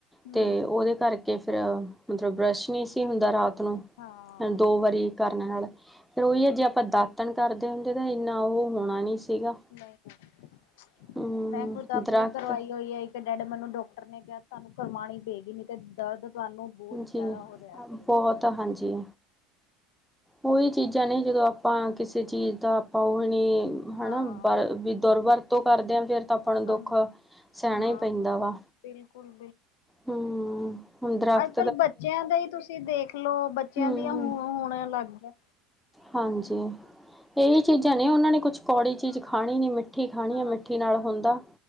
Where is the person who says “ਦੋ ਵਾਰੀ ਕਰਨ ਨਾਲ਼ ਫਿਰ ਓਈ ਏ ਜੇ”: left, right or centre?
Centre